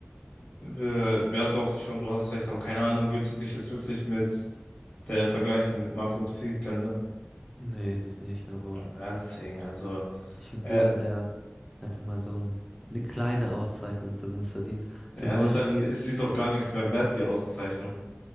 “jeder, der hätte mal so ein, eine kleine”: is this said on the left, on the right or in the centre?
Centre